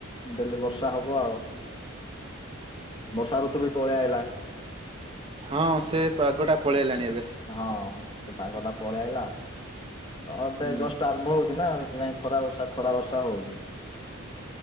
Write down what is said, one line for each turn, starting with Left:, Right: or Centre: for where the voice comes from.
Left: ଡେଲି ବର୍ଷା ହବ ଆଉ। ବର୍ଷା ଋତୁ ବି ପଳେଇ ଆଇଲା।
Right: ହଁ ସେ ପାଗଟା ପଳେଇ ଆଇଲାଣି
Left: ହଁ ସେ ପାଗ ଟା ପଳେଇ ଆଇଲା। ତ ଏବେ
Right: ହୁଁ
Left: ଜଷ୍ଟ ଆରମ୍ଭ ହଉଛି ନା ସେଥିପାଇଁ ଖରା ବର୍ଷା ଖରା ବର୍ଷା ହଉଛି।